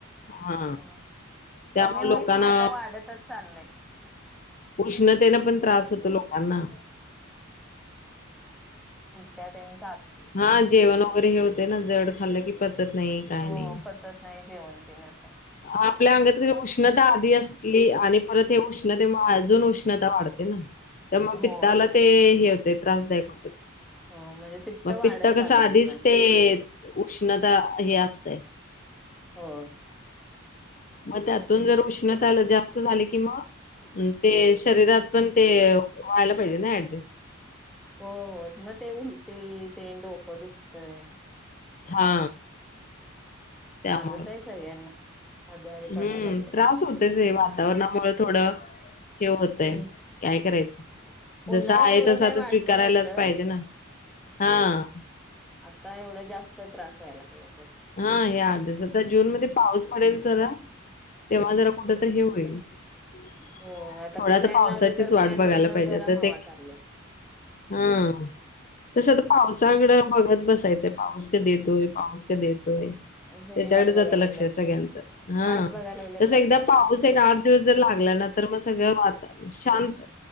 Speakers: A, on the left (about 40°); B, in the centre.
A: हा
B: हम्म
A: त्यामुळ
B: कमी होईत
A: लोकांना
B: नाही आता वाढतच चाललंय.
A: उष्णतेनं पण त्रास, लोकांना.
B: त्यां
A: हा जेवण वगैरे हे होते, ना जड खाल्लं की पचत नाही काय
B: हो
A: नाही.
B: पचत नाही जेवण तेन आता
A: आपल्या अंगात उष्णता आधी असली, आणि परत हे उष्णते अजून उष्णता वाढते. तर मग
B: होय
A: पित्ताला ते हे होते. त्रासदायक
B: हो म्हणजे पित्त
A: मग
B: वाढत
A: कसं
B: चाललय
A: आधीच
B: माणस
A: ते उष्णता हे असतय.
B: हो.
A: मग त्यातून जर उष्णताला जास्त झाली. की मग ते शरीरात पण ते व्हायला पाहिजे ना ऍडजस्ट.
B: हो हो मग ते उलटी, ते डोकं दुखतंय
A: हा. त्यामुळं.
B: चालूत आहे सगळ्यांना आजारी
A: हम्म
B: पडायला लागलेत.
A: त्रास होतोयच. वातावरणामुळे थोडं, हे होतय
B: हो,
A: काय करायचं. जस
B: उन्हाळ्यात
A: आहे
B: एवढं
A: तस
B: काही
A: आता
B: वाटलं
A: स्वीकारायलाच
B: नव्हतं.
A: पाहिजे ना हा.
B: आता एवढं जास्त त्रास व्हाय लागला.
A: हा हे <unintelligible> आता जून मध्ये पाऊस पडेल तर तेव्हा जरा कुठ तरी हे होईल? <unintelligible>
B: हो आता
A: थोडा
B: फॅन
A: तर पावसाचीच
B: लावले तर
A: वाट
B: फॅन
A: बघायला
B: मधन
A: पाहिजेता
B: गरम हवा
A: ते
B: चालले
A: हा तस पावसाकड
B: ह
A: बघत बस पाऊस कधी येतोय पाऊस? कधी ये होय
B: सगळी
A: त्याच्याकडे
B: वाट बघायला
A: जात लक्ष
B: लागल्यात
A: सगळ्यांच हा
B: वाट बघायला लागल्यात
A: तस
B: पावसाची
A: एकदा पाऊस एक आठ दिवस जर लागला ना तर मग सगळं वाता शांत